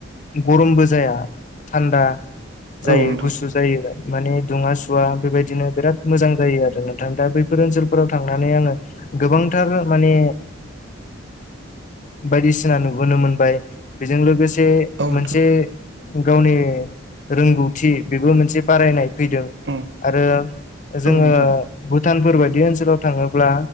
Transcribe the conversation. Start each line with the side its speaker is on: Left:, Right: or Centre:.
Left: गरमबो जाया थान्दा जायो
Right: औ नोंथां
Left: गुसु जायो माने दुङा-सुवा बेबायदिनो बिराद मोजां जायो आरो नोंथां दा बैफोर ओनसोलफोराव थांनानै आङो गोबांथार माने बायदिसिना नुबोनो मोनबाय बेजों लोगोसे
Right: औ नोंथां
Left: मोनसे गावनि रोंगौथि बेबो मोनसे बारायनाय फैदों
Right: उम
Left: आरो जोङो
Right: औ नोंथां
Left: भुटानफोर बायदि ओनसोलाव थाङोब्ला